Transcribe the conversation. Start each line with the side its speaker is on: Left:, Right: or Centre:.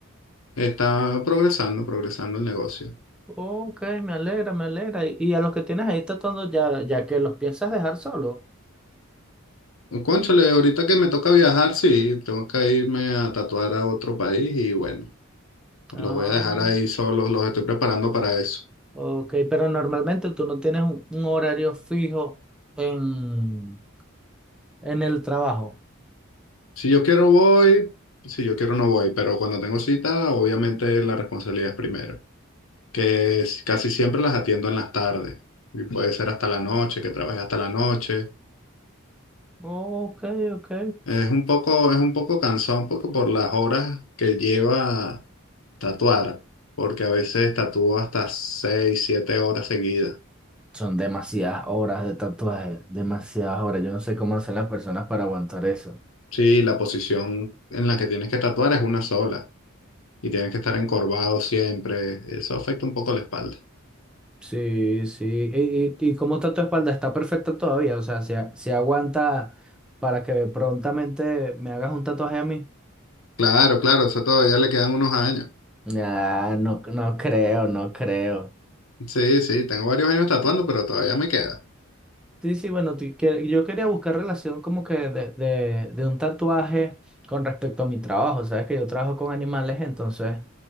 Left: Está progresando, progresando el negocio.
Centre: Ok, me alegra, me alegra. Y, y a los que tienes ahí tatuando, ya, ya que los piensas dejar solos.
Left: Cónchale, ahorita que me toca viajar, sí, tengo que irme a tatuar a otro país y bueno,
Centre: Ah,
Left: los voy a dejar ahí solos, los estoy preparando para eso.
Centre: ok, pero normalmente tú no tienes un, un horario fijo en, en el trabajo.
Left: Si yo quiero voy, si yo quiero no voy, pero cuando tengo cita, obviamente la responsabilidad es primero, que es- casi siempre las atiendo en las tardes y puede ser hasta la noche, que trabaje hasta la noche
Centre: Ok, ok.
Left: Es un poco, es un poco cansado, un poco por las horas que lleva tatuar, porque a veces tatúo hasta 6 7 horas seguidas.
Centre: Son demasiadas horas de tatuaje, demasiadas horas. Yo no sé cómo hacen las personas para aguantar eso.
Left: Sí, la posición en la que tienes que tatuar es una sola y tienes que estar encorvado siempre. Eso afecta un poco la espalda.
Centre: Sí, sí. ¿Y, y- y cómo está tu espalda? ¿Está perfecta todavía? O sea, ¿se, a- se aguanta para que prontamente me hagas un tatuaje a mí?
Left: Claro, claro, eso todavía le quedan unos años.
Centre: Ah, no, no creo, no creo.
Left: Sí, sí, tengo varios años tatuando, pero todavía me queda.
Centre: Sí, sí, bueno, ti- que- yo quería buscar relación como que de, de, de un tatuaje con respecto a mi trabajo, sabes que yo trabajo con animales, entonces